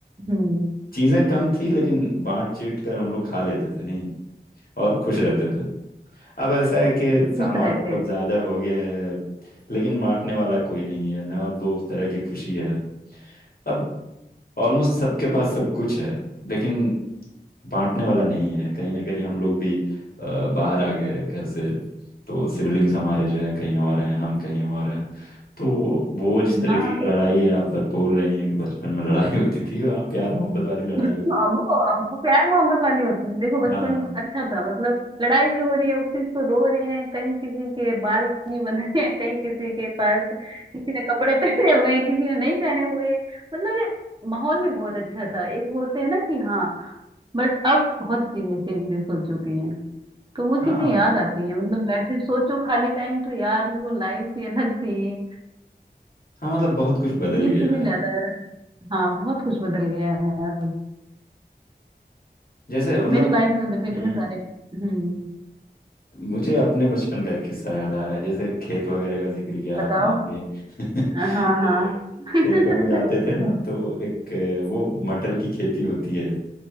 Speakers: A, on the right; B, on the left.
A: हम्म
B: चीजें कम थी लेकिन बांट चीट कर हम लोग खा लेते थे नहीं और खुश रहते थे अब ऐसा है कि
A: खुश
B: सामान
A: रहते
B: बहुत
A: थे
B: ज्यादा हो गया है लेकिन बांटने वाला कोई नहीं है ना अब वो उस तरह की खुशी है अब ऑलमोस्ट सबके पास सब कुछ है लेकिन बांटने वाला नहीं है कहीं ना कहीं हम लोग भी अ, बाहर आ गए घर से तो सिबलिंग्स हमारे जो है कहीं और हैं हम कहीं और हैं तो वो जिस तरह
A: हाँ
B: की लड़ाई है आप बर- बोल रही हैं कि बचपन में लड़ाई होती थी वहाँ प्यार मोहब्बत वाली लड़ाई
A: <laughs>
B: होती
A: हाँ, वो अब वो प्यार मोहब्बत वाली होती थी देखो बचपन
B: हाँ हाँ।
A: अच्छा था मतलब लड़ाई भी हो रही है उस चीज को रो रहे हैं कहीं किसी के बाल नहीं बंध रहे हैं कहीं किसी के पास किसी ने कपड़े <laughs> पहने हुए हैं किसी ने नहीं पहने हुए मतलब एक माहौल भी बहुत अच्छा था एक होते हैं ना कि हाँ बट अब बहुत चीजें चेंजेस हो चुकी हैं तो वो चीजें
B: हाँ
A: याद आती हैं मतलब बैठे सोचो खाली टाइम तो यार वो लाइफ ही अलग थी
B: हाँ मतलब बहुत कुछ बदल
A: ये
B: गया
A: चीजें
B: है
A: ज्यादा हाँ बहुत कुछ बदल गया है अब
B: जैसे मतलब
A: मेरी लाइफ में देखो इतने
B: हम्म
A: सारे हम्म
B: मुझे अपने बचपन का एक किस्सा याद आ रहा है जैसे खेत वगैरह का जिक्र किया
A: बताओ
B: आपने के,
A: हाँ
B: के <laughs>
A: हाँ <laughs>
B: खेतों में जाते थे ना तो एक वो मटर की खेती होती है